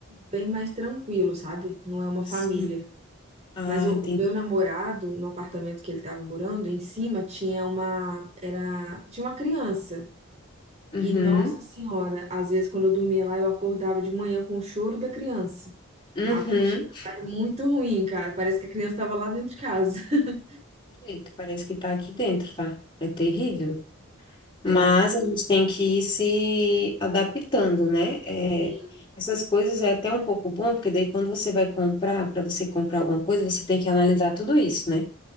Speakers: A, on the right (about 30°); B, on the left (about 25°).
A: bem mais tranquilo, sabe? Não é uma família.
B: Sim. Ah,
A: Mas o,
B: entendi.
A: o meu namorado, no apartamento que ele estava morando, em cima tinha uma, era, tinha uma criança.
B: Uhum.
A: E, nossa senhora, às vezes quando eu dormia lá, eu acordava de manhã com o choro da criança.
B: Uhum.
A: A acústica é muito ruim, cara. Parece que a criança estava lá dentro de casa. <laughs>
B: Desse jeito, parece que tá aqui dentro, tá? É terrível. Mas
A: É,
B: a gente tem que ir se adaptando, né? É,
A: sim.
B: essas coisas é até um pouco bom, porque daí quando você vai comprar, para você comprar alguma coisa, você tem que analisar tudo isso, né?